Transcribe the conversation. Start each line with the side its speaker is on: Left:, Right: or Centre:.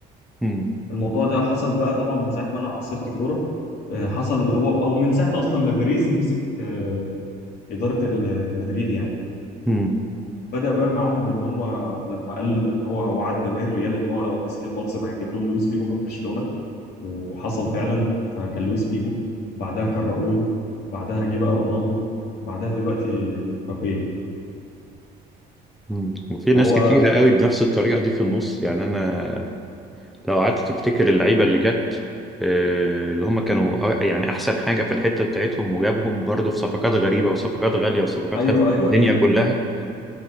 Centre: مم.
Left: الموضوع ده حصل بقى طبعا من ساعه ما انا عاصرت الكوره آه، حصل هو او من ساعه اصلا ما بيريز مسك آه، اداره ال- مدريد يعني
Centre: مم.
Left: بدا بقى معاهم بان هو لما قال ان هو وعد جماهير ريال ان هو لو مسك المنصب هيجيب لهم لويس فيجو من برشلونه و- وحصل فعلا فكان لويس فيجو بعدها كان راؤول بعدها جه بقى رونالدو بعدها دلوقتي مبابي يعني.
Centre: مم. وفي
Left: فهو
Centre: ناس كتيرة قوي بنفس الطريقة دي في النص يعني أنا لو قعدت تفتكر اللعيبة اللي جت آه، اللي هم كانوا أ- يعني أحسن حاجة في الحتة بتاعتهم وجابهم برضه في صفقات غريبة وصفقات غالية وصفقات
Left: ايوه
Centre: هزت
Left: ايوه
Centre: الدنيا
Left: يعني
Centre: كلها